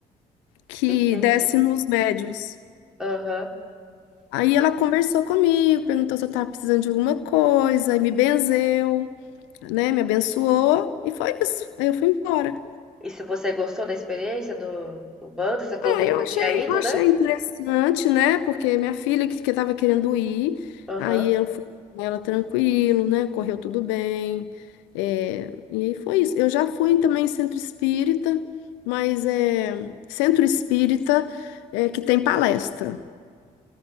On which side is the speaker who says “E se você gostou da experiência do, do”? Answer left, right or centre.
Centre